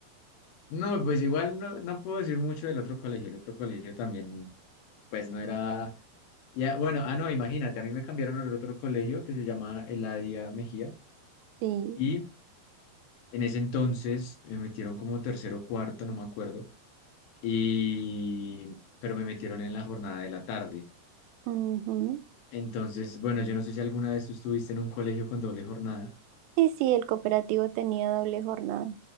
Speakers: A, on the left; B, on the right.
A: No, pues igual no, no puedo decir mucho del otro colegio, el otro colegio también, pues no era, ya, bueno, ah, no, imagínate, a mí me cambiaron al otro colegio que se llama Eladia Mejía
B: Sí,
A: y en ese entonces me metieron como tercero o cuarto, no me acuerdo y, pero me metieron en la jornada de la tarde.
B: ujú.
A: Entonces, bueno, yo no sé si alguna vez tú estuviste en un colegio con doble jornada.
B: Sí, sí, el cooperativo tenía doble jornada.